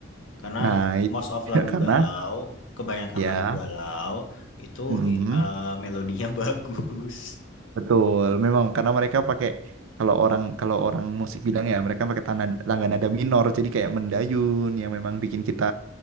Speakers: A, on the left (about 65°); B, on the right (about 75°).
A: Karena
B: nah itu
A: most of
B: <laughs>
A: lagu
B: karena
A: galau, kebanyakan
B: Ya,
A: lagu galau itu
B: mm,
A: i- eh, melodinya <laughs> bagus.
B: betul. Memang karena mereka pakai kalau orang kalau orang musik bilang ya mereka pakai tanda, tangga nada minor, jadi kayak mendayun yang memang bikin kita